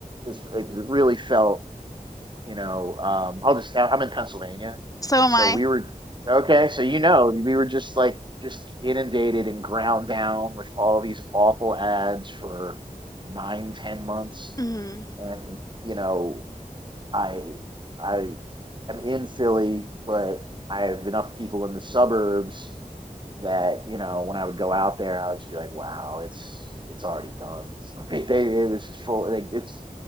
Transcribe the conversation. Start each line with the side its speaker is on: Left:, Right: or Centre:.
Right: this it really felt you know um, I'll just I'm in Pennsylvania,
Left: So am
Right: so
Left: I.
Right: we were okay. So you know we were just like just inundated and ground down with all these awful ads for nine ten months,
Left: hmm
Right: and you know I I am in Philly, but I have enough people in the suburbs that you know when I would go out there, I would just be like, "Wow, it's it's already done." Like, they it was just full, like, it's